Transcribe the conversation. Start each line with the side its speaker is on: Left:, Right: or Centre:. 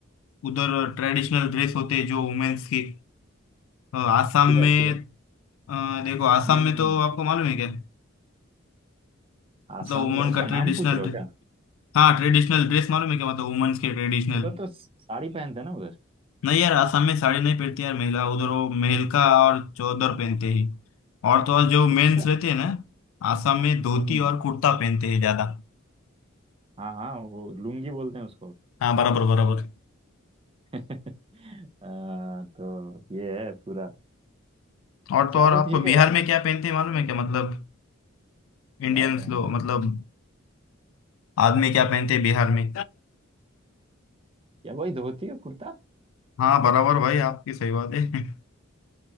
Left: उधर ट्रेडिशनल ड्रेस होते हैं जो वुमेन्स की अ, आसाम
Right: किधर
Left: में
Right: किधर
Left: अ, देखो आसाम
Right: हम्म
Left: में
Right: हम्म
Left: तो
Right: हम्म।
Left: आपको मालूम है क्या
Right: आसाम
Left: मतलब वुमन
Right: का उसका
Left: का ट्रेडिशनल
Right: नाम पूछ रहे हो क्या
Left: हाँ ट्रेडिशनल ड्रेस मालूम है क्या मतलब वुमेन्स के ट्रेडिशनल
Right: उधर तो साड़ी पहनते हैं ना उधर
Left: नहीं यार असम में साड़ी नहीं पहनती यार महिला उधर वो मेहलका और चौदर पहनते हैं और तो और जो
Right: अच्छा
Left: मेंस रहते हैं ना असम में धोती
Right: हम्म हम्म।
Left: और कुर्ता पहनते हैं ज्यादा
Right: हाँ हाँ वो लुंगी बोलते हैं उसको
Left: हाँ बराबर बराबर
Right: <laughs> आ, तो ये है पूरा
Left: और तो
Right: चलो
Left: और आपको
Right: ठीक
Left: बिहार
Right: है यार
Left: में क्या पहनते हैं मालूम है क्या मतलब इंडियंस
Right: क्या पहनते
Left: लोग
Right: हैं
Left: मतलब आदमी क्या पहनते हैं बिहार में
Right: क्या वही धोती और कुर्ता
Left: हाँ बराबर भाई आपकी सही बात है <laughs>